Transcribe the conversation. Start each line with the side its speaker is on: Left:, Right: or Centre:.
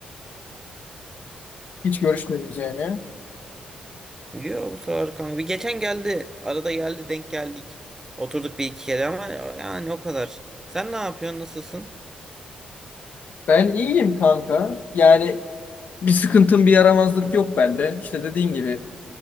Left: Hiç görüşmüyoruz yani.
Right: Yo bu sıralar kanka. Bir geçen geldi. Arada geldi denk geldik. Oturduk bir iki kere ama yani o kadar. Sen ne yapıyorsun? Nasılsın?
Left: Ben iyiyim kanka. Yani bir sıkıntım, bir yaramazlık yok bende. İşte dediğin gibi